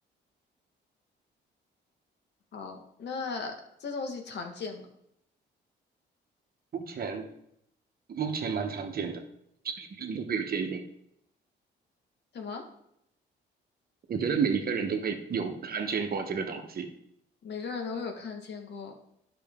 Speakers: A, on the left; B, on the right.
A: 好，那这东西常见吗？
B: 目前目前蛮常见的，就是每个人都会有见过。
A: 什么？
B: 我觉得每一个人都会有看见过这个东西。
A: 每个人都会有看见过。